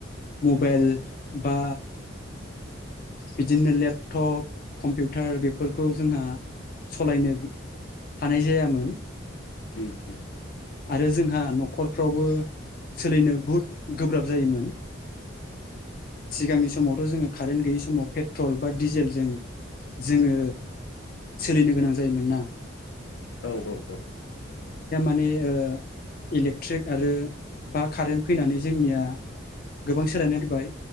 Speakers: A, on the left (about 45°); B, on the left (about 75°).
A: मबाइल बा बिदिनो लेपटप कम्पिउटार बेफोरखौ जोंहा सालायनो हानाय जायामोन।
B: उम उम।
A: आरो जोंहा न'खरफ्रावबो सोलिनो बहुद गोब्राब जायोमोन। सिगांनि समावथ' जोङो कारेन्ट गैयै स माव पेट्रल बा डिजेलजों जोङो सोलिनो गोनां जायोमोन ना।
B: औ औ औ।
A: ने ओ इलेकट्रिक आरो बा कारेन्ट फैनानै जोंनिया गोबां सोलायनाय फैबाय